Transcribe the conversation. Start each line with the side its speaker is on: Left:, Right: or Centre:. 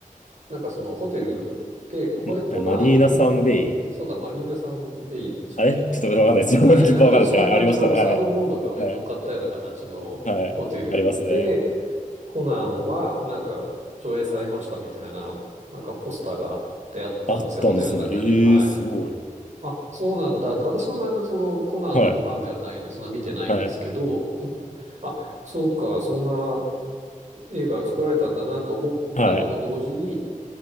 Right: なんかそのホテルで、ここでコナンの、
Left: ま、えマリーナサンベイ。
Right: そうだ、マリーナさんベイでしたっけ。
Left: あれちょっとわかんないです。
Right: はい、
Left: <laughs> 順番わかんないですけど、
Right: なんかちょっとそんな感じのあのサーフボードが上に乗っかったような形のホテルで、
Left: はい、ありましたね。はい。はい。はい。ありますね。
Right: コナンはなんか上映されましたみたいな、なんかポスターが貼ってあったんですよ、
Left: あったんですね。
Right: ホテルの中に。
Left: ええー、
Right: はい。
Left: すごい。
Right: あ、そうなんだって、私のあの、そのコナンのファンではないので、
Left: はい。
Right: そんな見てないんですけど、
Left: はい。
Right: うんあ、そうか、そんな映画が作られたんだなと思ったのと同時に、
Left: はい。